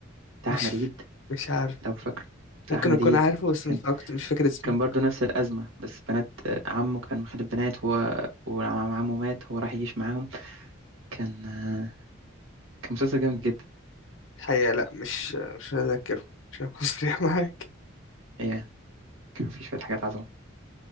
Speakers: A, on the right; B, on the left.
A: بتاع
B: مش
A: أحمد عيد
B: مش عارف
A: لو فاكر بتاع
B: ممكن
A: أحمد
B: اكون
A: عيد
B: عارفه بس
A: كان
B: مش فاكر مش فاكر اسمه
A: كان برضه نفس الأزمة بس بنات آه، عمه كان مخلف بنات هو وعمه مات هو راح يعيش معاهم كان آه، كان مسلسل جامد جدا
B: الحقيقة لا مش مش هذاكره مش هكون <laughs> صريح معاك
A: إيه كان فيه شوية حاجات عظمة